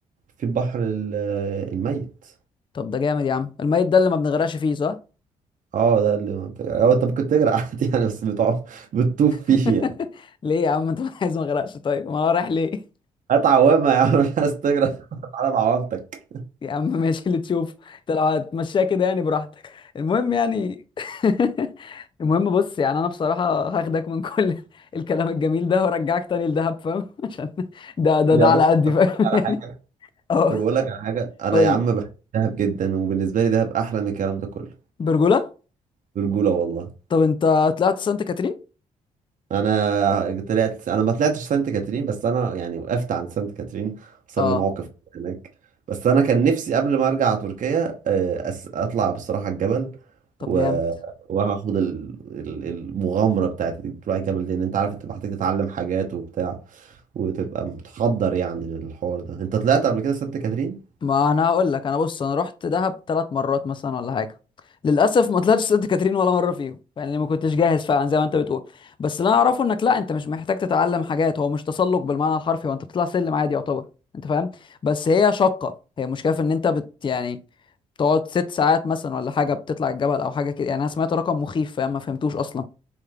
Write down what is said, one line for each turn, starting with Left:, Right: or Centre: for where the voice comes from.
Right: في البحر ال- الميت
Left: طب ده جامد يا عم الميت ده اللي ما بنغرقش فيه صح
Right: اه ده اللي هو انت ممكن تجري <laughs> عادي يعني بس بتقعد بتطوف
Left: <laughs>
Right: فيه يعني.
Left: ليه يا عم <laughs> انت عايز ما اغرقش طيب ما انا رايح ليه
Right: هات عوامه يا عم <laughs> مش عايز تجري <laughs> تعالى بعوامتك
Left: يا عم ماشي اللي تشوفه انت لو هتمشيها كده يعني براحتك المهم يعني <laughs> المهم بص يعني انا بصراحه هاخدك من كل <laughs> الكلام الجميل ده وارجعك تاني لدهب فاهم <laughs> عشان ده ده
Right: يا
Left: ده على
Right: باشا
Left: قدي
Right: طب
Left: فاهم
Right: أقول لك على
Left: <laughs> يعني
Right: حاجه
Left: اه
Right: طب اقول لك على حاجه انا
Left: قول
Right: يا
Left: لي.
Right: عم بحب دهب جدا وبالنسبه لي دهب احلى من الكلام ده كله
Left: برجوله
Right: برجوله والله
Left: طب انت طلعت سانت كاترين
Right: انا طلعت انا ما طلعتش سانت كاترين بس انا يعني وقفت عن سانت كاترين حصل
Left: اه
Right: لي موقف هناك بس انا كان نفسي قبل ما ارجع تركيا آه، أس- اطلع بصراحه الجبل
Left: طب
Right: و...
Left: جامد
Right: وهاخد ال- ال- المغامرة بتاعت إنك تروح الجبل دي ان انت عارف انت محتاج تتعلم حاجات وبتاع وتبقى متحضر يعني للحوار ده انت طلعت قبل كده سانت كاترين؟
Left: ما انا هقول لك انا بص انا رحت دهب ثلاث مرات مثلا ولا حاجه للاسف ما طلعتش سانت كاترين ولا مره فيهم يعني ما كنتش جاهز فعلا زي ما انت بتقول بس اللي انا اعرفه انك لا انت مش محتاج تتعلم حاجات هو مش تسلق بالمعنى الحرفي هو انت بتطلع سلم عادي يعتبر انت فاهم بس هي شاقه هي مشكله في ان انت بت يعني تقعد ست ساعات مثلا ولا حاجه بتطلع الجبل او حاجه كده يعني انا سمعت رقم مخيف فاهم ما فهمتوش اصلا